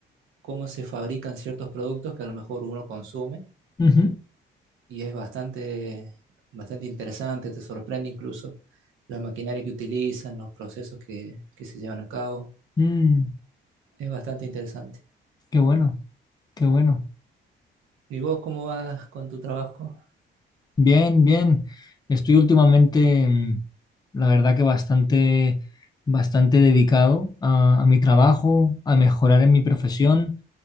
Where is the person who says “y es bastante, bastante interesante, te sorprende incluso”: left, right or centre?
Right